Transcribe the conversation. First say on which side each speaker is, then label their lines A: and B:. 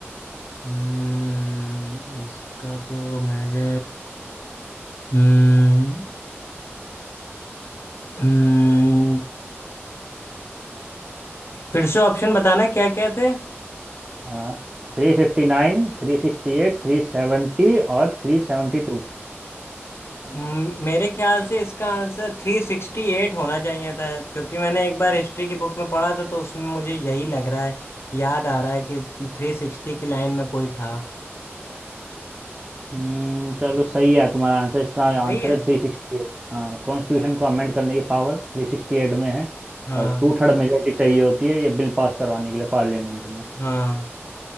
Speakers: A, on the left; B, on the right.
A: हम्म, इसका तो मेरे हम्म हम्म, फिर से ऑप्शन बताना क्या क्या थे
B: हाँ, थ्री फिफ्टी नाइन थ्री सिक्सटी एट थ्री सेवेंटी और थ्री सेवेंटी टू
A: हम्म, मेरे ख्याल से इसका आंसर थ्री सिक्सटी एट होना चाहिए था क्योंकि मैंने एक बार हिस्ट्री की बुक में पढ़ा था तो उसमें मुझे यही लग रहा है याद आ रहा है कि थ्री सिक्सटी की लाइन में कोई था
B: हम्म चलो सही है तुम्हारा आंसर इसका आंसर
A: सही है
B: है थ्री सिक्सटी एट हाँ कॉन्स्टिट्यूशन
A: अरे,
B: को अमेंड करने की पावर थ्री सिक्सटी एट में है
A: हाँ
B: और टू थर्ड मेजोरिटी चाहिए होती है ये बिल पास करवाने के लिए पार्लियामेंट में
A: हाँ